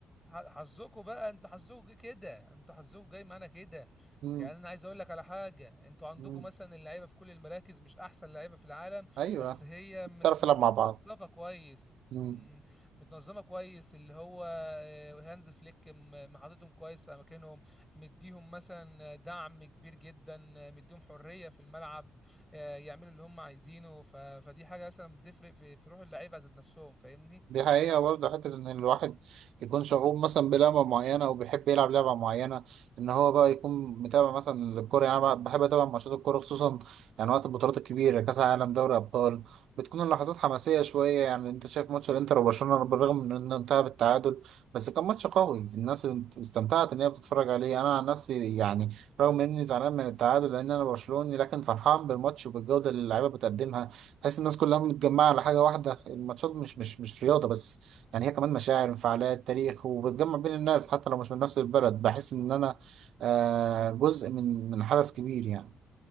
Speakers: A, in the centre; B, on the right.
A: ح- حظكوا بقى انتوا حظكوا جه كده انتوا حظكوا جاي معانا كده
B: <laughs> مم.
A: يعني انا عايز اقول لك على حاجه انتوا عندكم
B: مم.
A: مثلا اللعيبه في كل المراكز مش احسن لعيبه في العالم
B: ايوه
A: بس هي مت...
B: تعرف
A: متوظفه
B: تلعب مع بعض
A: كويس
B: مم.
A: مم، متنظمه كويس اللي هو آه، هانز فليك م- محطتهم كويس في اماكنهم مديهم مثلا دعم كبير جدا آه، مديهم حريه في الملعب آه، يعملوا اللي هم عايزينه ف... فدي حاجه مثلا بتفرق في, في روح اللعيبه ذات نفسهم فاهمني
B: دي حقيقة برضه حتة إن الواحد يكون شغوف مثلا بلعبة معينة أو بيحب يلعب لعبة معينة إن هو بقى يكون متابع مثلا الكورة يعني أنا بحب أتابع ماتشات الكورة خصوصا يعني وقت البطولات الكبيرة كأس العالم دوري أبطال بتكون اللحظات حماسية شوية يعني أنت شايف ماتش الإنتر وبرشلونة بالرغم من إنه انتهى بالتعادل بس كان ماتش قوي الناس استمتعت إن هي بتتفرج عليه أنا عن نفسي يعني رغم إني زعلان من التعادل لأن أنا برشلوني لكن فرحان بالماتش وبالجودة اللي اللعيبة بتقدمها تحس الناس كلها متجمعة على حاجة واحدة الماتشات مش مش مش رياضة بس يعني هي كمان مشاعر انفعالات تاريخ وبتجمع بين الناس حتى لو مش من نفس البلد بحس إن أنا آه جزء من من حدث كبير يعني